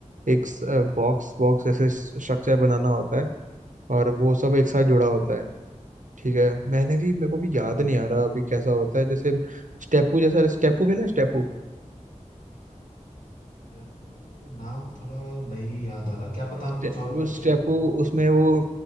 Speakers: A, on the right; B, on the left.
A: एक बॉक्स बॉक्स ऐसे स्ट्रक्चर बनाना होता है और वो सब एक साथ
B: अच्छा।
A: जुड़ा होता है ठीक है मैंने भी मेरे को भी याद नहीं आ रहा अभी कैसा होता है जैसे स्टेपू जैसा स्टेपू खेला है? स्टेपू
B: टैपू नाम थोड़ा नहीं याद आ रहा क्या पता
A: स्टे-
B: हम कुछ और
A: वो
B: बोलते
A: स्टेपू
B: हो ऐसा
A: उसमें
B: हो सकता
A: वो